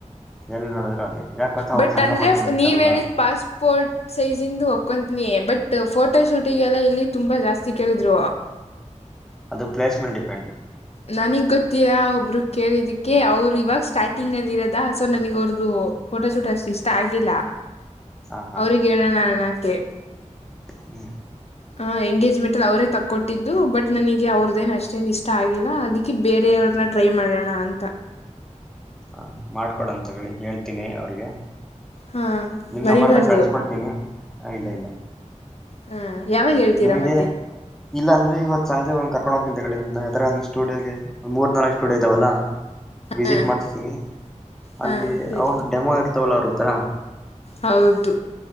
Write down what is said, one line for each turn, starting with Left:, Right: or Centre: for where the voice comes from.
Centre: ಎಲ್ಲಿ ನೋಡಿದ್ರು ಅದೇ ಯಾಕ ಗೊತ್ತಾ
Left: ಬಟ್
Centre: ಅವ್ರು ಸಂಘ
Left: ಅಂದ್ರೆ
Centre: ಮಾಡ್ಕೊಂಡಿರ್ತಾರಲ್ಲ
Left: ನೀವ ಹೇಳಿದ ಪಾಸ್ಪೋರ್ಟ್ ಸೈಜ ಇಂದು ನೀ ಬಟ್ ಫೋಟೋ ಶೂಟಿಗೆಲ್ಲ ಇಲ್ಲಿ ತುಂಬಾ ಜಾಸ್ತಿ ಕೇಳಿದ್ರು
Centre: ಅದು ಪ್ಲೇಸ್ ಮೆಲ್ ಡಿಪೆಂಡ್
Left: ನನಗ್ ಗೊತ್ತಿಲ್ಲ ಒಬರು ಕೇಳಿದಕ್ಕೆ ಅವರು ಇವಾಗ ಸ್ಟಾರ್ಟಿಂಗ್ ಅಲ್ಲಿ ಇರದ ಸೊ ನನಗ್ ಅವ್ರದು ಫೋಟೋ ಶೂಟ್ ಅಷ್ಟು ಇಷ್ಟ ಆಗಿಲ್ಲ
Centre: ಹಾ ಹಾ
Left: ಅವ್ರಿಗೆ ಹೇಳೋಣ ಅಣಕೆ.
Centre: ಹ್ಮ್
Left: ಹ ಎಂಗೇಜ್ಮೆಂಟ್ ಅಲ್ಲಿ ಅವರೇ ತಕ್ಕೊಟ್ಟಿದ್ದು ಬಟ್ ನನಗೆ ಅವ್ರದ್ದ ಏನ್ ಅಷ್ಟೇನ್ ಇಷ್ಟ ಆಗಿಲ್ಲ ಅದಿಕ್ಕೆ ಬೇರೆ ನ್ನ ಟ್ರೈ ಮಾಡೋಣ ಅಂತ.
Centre: ಹ ಮಾಡ್ಕೊಡಂತ ತಗಲ್ಲಿ ಹೇಳ್ತೀನಿ ಅವ್ರಿಗೆ.
Left: ಹಾ
Centre: ನಿಮ
Left: ಮರಿಬಾರ್ದು
Centre: ನಮರ್ದ ಕಳ್ಸ್ಕೊಡ್ತೀನಿ ಇಲ್ಲ ಇಲ್ಲ
Left: ಹಾ ಯಾವಾಗ ಹೇಳ್ತೀರಾ
Centre: ನಿಮಗೆ
Left: ಮತ್ತೆ
Centre: ಇಲ್ಲ ಅಂದ್ರೆ ಇವ ಸಂಜೆಂದ್ ಕರ್ಕೊಂಡು ಹೋಗ್ತೀನಿ ತಗೋಳಿನಿಮ್ನ ಯತ್ರ ಒಂದು ಸ್ಟುಡಿಯೋಗೆ ಮೂರ್ನಲ್ಕ್ ಸ್ಟುಡಿಯೋ ಇದಾವಲ್ಲ ವಿಸಿಟ್
Left: ಹಾ
Centre: ಮಾಡಿಸ್ತೀನಿ
Left: ಹಾ
Centre: ಅಲ್ಲಿ
Left: ಸರಿ
Centre: ಅವ್ರ ಡೆಮೋ ಇರ್ತವಲ್ಲ ಅವ್ರ ಹತ್ರ
Left: ಹೌದು